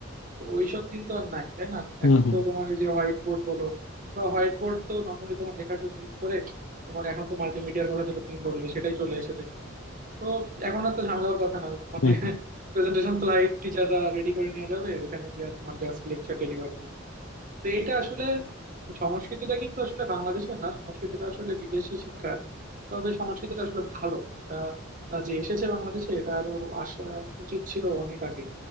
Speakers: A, on the right (about 40°); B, on the left (about 75°).
A: তো ওইসব দিন তো আর নাই তাই না
B: হম
A: এখন
B: হম
A: তো তোমার এই যে হোয়াইট বোর্ড বলো বা হোয়াইট বোর্ড তো নর্মালি তোমার লেখার জন্য ইউজ করে তোমার এখন তো মাল্টিমিডিয়ার কথা যেটা তুমি বললে সেটাই চলে এসেছে তো এখন আর তো ঝামেলা হওয়ার কথা না মানে
B: হম হম
A: প্রেজেন্টেশন স্লাইড টিচাররা রেডি করে নিয়ে যাবে ওইখানে গিয়ে তোমার জাস্ট লেকচার ডেলিভার দিবে তো এটা আসলে সংস্কৃতিটা কিন্তু আসলে বাংলাদেশের না সংস্কৃতিটা আসলে বিদেশি শিক্ষার তবে সংস্কৃতিটা আসলে ভালো এটা আহ, যে এসেছে বাংলাদেশে এটা আরো আসা উচিত ছিল অনেক আগে